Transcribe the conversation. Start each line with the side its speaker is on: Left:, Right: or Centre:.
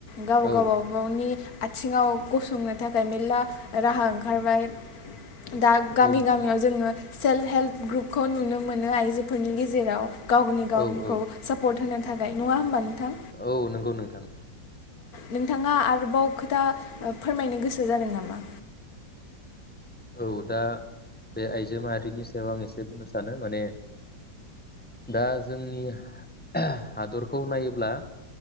Left: गावबागावनि
Centre: औ
Left: आथिङाव गसंनो थाखाय मेल्ला राहा ओंखारबाय। दा गामि
Centre: औ
Left: गामियाव जोंङो सेल्फ हेल्प ग्रुपखौ नुनो मोनो आइजोफोरनि गेजेराव गावनि गावखौ
Centre: औ औ
Left: सापर्ट होनो थाखाय। नंङा होमबा नोंथां?
Centre: औ नंगौ नोंथां
Left: नोंथाङा आरोबाव खोथा फोरमायनो गोसो जादों नामा?
Centre: औ दा बे आइजो माहारिनि सायाव आं एसे बुंनो सानो माने दा जोंनि ओह हादरखौ नायोब्ला